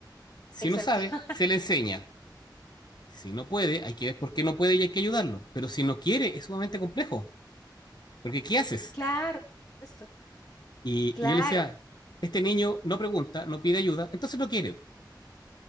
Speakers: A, on the left; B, on the left.
A: Si
B: Exacto.
A: no sabe,
B: <laughs>
A: se le enseña. Si no puede, hay que ver por qué no puede y hay que ayudarlo. Pero si no quiere, es sumamente complejo, porque ¿qué haces?
B: Claro, por supuesto.
A: Y,
B: Claro,
A: y yo le decía, este niño no pregunta, no pide ayuda, entonces no quiere.